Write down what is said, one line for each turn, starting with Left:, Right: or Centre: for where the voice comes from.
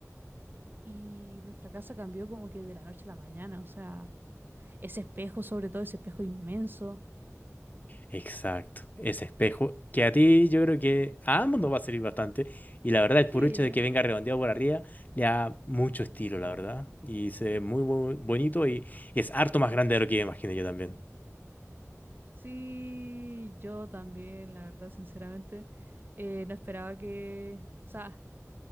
Right: y nuestra casa cambió como que de la noche a la mañana, o sea, ese espejo, sobre todo ese espejo inmenso.
Left: Exacto, ese espejo que a ti yo creo que a ambos nos va a servir bastante y la verdad el
Right: Sí.
Left: puro hecho de que venga redondeado por arriba le da mucho estilo, la verdad, y se ve muy, bu- bonito y, y es harto más grande de lo que imaginé yo también.
Right: Sí, yo también, la verdad, sinceramente, eh, no esperaba que, o sea,